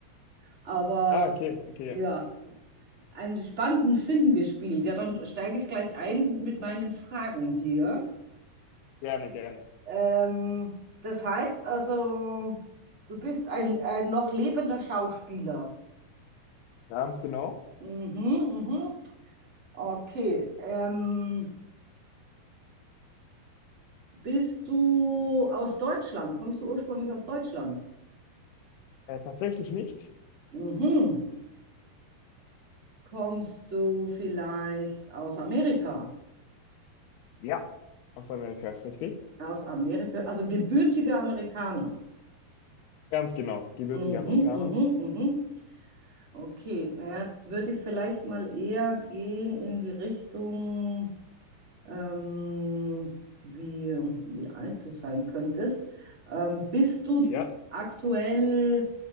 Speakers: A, on the right; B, on the left.
A: aber
B: Ah, okay, okay. ja.
A: ja, einen spannenden Film gespielt. Ja, dann steige ich gleich ein mit meinen Fragen hier.
B: Gerne, gerne.
A: Ähm, das heißt also, du bist ein, ein noch lebender Schauspieler.
B: Ganz genau.
A: Mhm, mhm. Okay. Ähm, bist du aus Deutschland? Kommst du ursprünglich aus Deutschland?
B: Äh, tatsächlich nicht.
A: Mhm. Kommst du vielleicht aus Amerika?
B: Ja. Aus Amerika ist richtig.
A: Aus Amerika, also gebürtiger Amerikaner.
B: Ganz genau. Gebürtiger
A: Mhm,
B: Amerikaner.
A: mhm, mhm. Okay, na, jetzt würde ich vielleicht mal eher gehen in die Richtung. ähm, wie, wie alt du sein könntest. Ähm, bist du
B: Ja.
A: aktuell